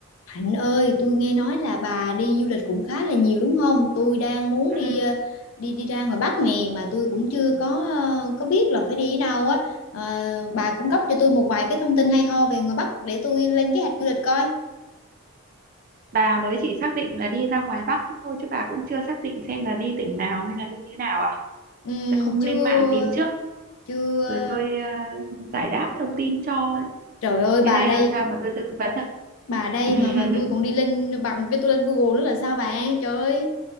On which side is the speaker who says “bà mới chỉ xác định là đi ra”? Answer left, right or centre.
Right